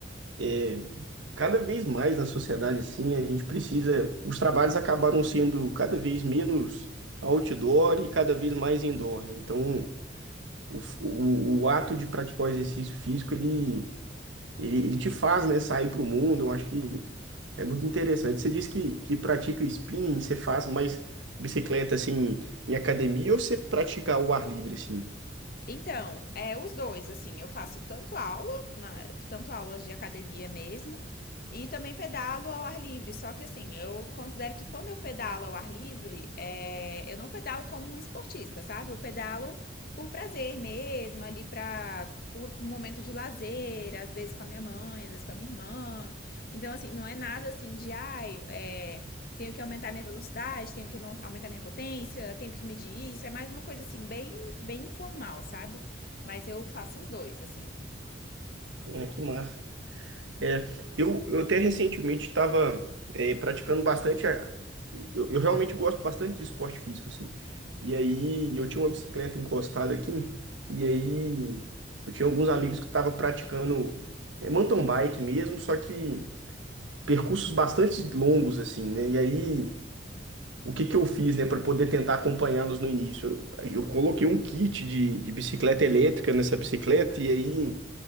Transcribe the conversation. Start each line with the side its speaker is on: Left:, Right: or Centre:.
Right: é, cada vez mais na sociedade, assim, a gente precisa. Os trabalhos acabaram sendo cada vez menos outdoor e cada vez mais indoor, né? Então, o, f- o, o ato de praticar o exercício físico, ele, ele, ele te faz, né, sair para o mundo. Eu acho que é muito interessante. Você disse que, que pratica spinning, você faz mais bicicleta, assim, em academia ou você pratica ao ar livre, assim?
Left: Então, é os dois, assim, eu faço tanto aula, na, tanto aulas de academia mesmo, e também pedalo ao ar livre. Só que assim, eu considero que quando eu pedalo ao ar livre, é, eu não pedalo como um esportista, sabe? Eu pedalo por prazer mesmo, ali pra por um momento de lazer, às vezes com a minha mãe, às vezes com a minha irmã. Então, assim, não é nada assim de ai, é, tenho que aumentar minha velocidade, tenho que aumentar minha potência, tenho que medir isso. É mais uma coisa assim, bem, bem informal, sabe? Mas eu faço os dois, assim.
Right: É, que massa. É, eu, eu até recentemente estava praticando bastante. a- Eu, eu realmente gosto bastante de esporte físico, assim. E aí eu tinha uma bicicleta encostada aqui, e aí eu tinha alguns amigos que estavam praticando é, mountain bike mesmo, só que percursos bastante longos, assim, né? E aí o que que eu fiz, né, para poder tentar acompanhá-los no início? Eu, eu coloquei um kit de, de bicicleta elétrica nessa bicicleta, e aí.